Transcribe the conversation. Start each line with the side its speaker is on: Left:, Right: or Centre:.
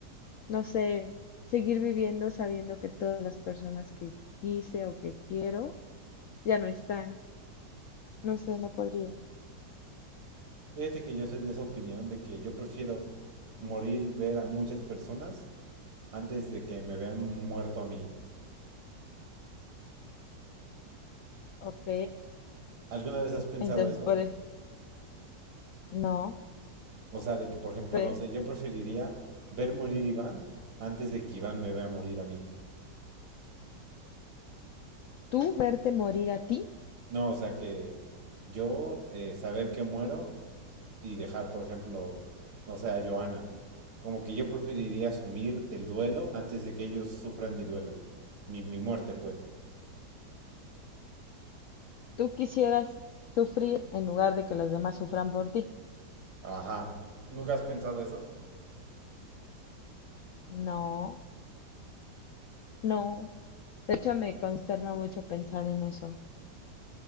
Left: no sé, seguir viviendo sabiendo que todas las personas que quise o que quiero ya no están. No sé, no podría.
Right: Fíjate que yo soy de esa opinión de que yo prefiero morir, ver a muchas personas antes de que me vean muerto a mí.
Left: Ok,
Right: ¿Alguna vez has pensado
Left: entonces,
Right: eso?
Left: por, no,
Right: O sea, de que, por ejemplo,
Left: pero
Right: no sé, yo preferiría ver morir a Iván antes de que Iván me vea morir a mí.
Left: tú verte morir a ti.
Right: No, o sea, que yo eh, saber que muero y dejar, por ejemplo, no sé, a Joana. Como que yo preferiría asumir el duelo antes de que ellos sufran mi duelo. Mi, mi muerte, pues.
Left: Tú quisieras sufrir en lugar de que los demás sufran por ti.
Right: Ajá. ¿Nunca has pensado eso?
Left: No, no. De hecho, me consterna mucho pensar en eso.